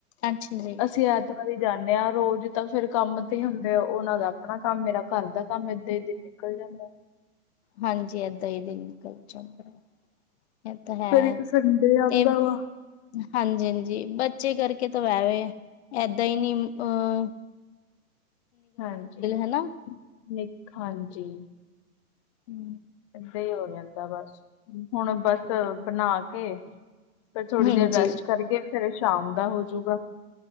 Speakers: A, on the left; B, on the left.
A: ਅੱਛਾ ਜੀ
B: ਅਸੀਂ ਅੱਜ ਅਸੀ ਜਾਨੇਂ ਆ, ਰੋਜ ਤਾਂ ਫਿਰ ਕੰਮ 'ਤੇ ਹੁੰਦੇ ਓ। ਓਨਾਂ ਦਾ ਅਪਨਾ ਕੰਮ, ਮੇਰਾ ਘਰ ਦਾ ਕੰਮ ਏ, 'ਤੇ ਏਦਾ ਈ ਦਿਨ ਨਿਕਲ ਜਾਂਦੈ।
A: ਹਾਂਜੀ, ਐਦਾਂ ਈ ਦਿਨ ਨਿਕਲ ਜਾਂਦੈ। ਏ ਤਾਂ ਹੈ,
B: ਫੇਰ ਇੱਕ ਸੰਡੇ ਆਉਂਦਾ
A: ਤੇ
B: ਵਾ
A: ਹਾਂਜੀ-ਹਾਂਜੀ, ਬੱਚੇ ਕਰਕੇ ਤਾਂ ਵੈ ਵੇ, ਏਦਾਂ ਈ ਨੀ ਅਹ।
B: ਹਾਂਜੀ,
A: ਹਨਾ।
B: ਨਿਕ ਹਾਂਜੀ।
A: ਹੂੰ।
B: ਏਦਾਂ ਈ ਹੋ ਜਾਂਦਾ ਬਸ, ਹੁਨ ਬਸ ਬਨਾ ਕੇ ਫਿਰ ਥੋੜੀ
A: ਹਾਂਜੀ।
B: ਦੇਰ ਰੈਸਟ ਕਰਕੇ, ਫੇਰ ਸ਼ਾਮ ਦਾ ਹੋਜੂਗਾ।